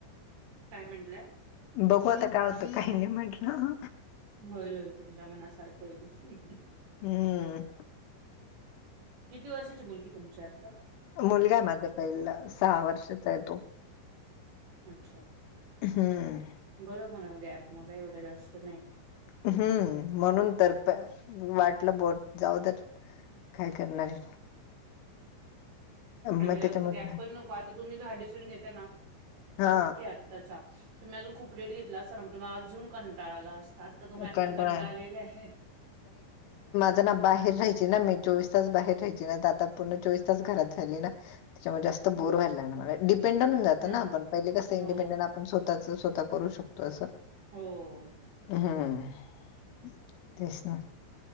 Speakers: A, on the right; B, on the left.
A: कायं म्हणल्या?
B: बघूं आता काय होतं काय नी म्हटलं.
A: होईल होईल तुमच्या मनासारखं होईल.
B: हम्म
A: किती वर्षाची मुलगी तुमची आत्ता?
B: मुलंगाय माझा पईला सहा वर्षाचाय तो.
A: अच्छा.
B: हम्मं.
A: बरं म्हणून गॅप म काय एवढं जास्तं नई.
B: हम्म म्हणून तर प वाटलं बोट जाऊ द्या र् काय करणारे.
A: आणि
B: मग
A: जास्त
B: त्याच्यामध्ये
A: गॅप पण नको आता तुम्ही ज हा डिसिजन घेत्या ना
B: हा
A: ओके आत् -त्ताचा तुम्ही अजून खूप लेट घेतला असता ना मंग तुम्ही अजून कंटाळा आला असता आत्ता तुम्ही आत्ता
B: कंटाळा
A: कंटाळलेल्याये.
B: आला. -तना बाहेर राहायची ना मी चोवीस तास बाहेर राहायची ना त आता पूर्ण चोवीस तास घरात झाली ना त्याच्यामुळे जास्त
A: हम्म
B: बोर व्हायला लागण मलां डिपेंडंट हुन जातो
A: ह
B: ना आपण पईले कसं ईंडिपेंडंट
A: हो
B: आपण स्व -ताचं स्वता करू शकतो असं.
A: हम्म.
B: हम्मं तेच ना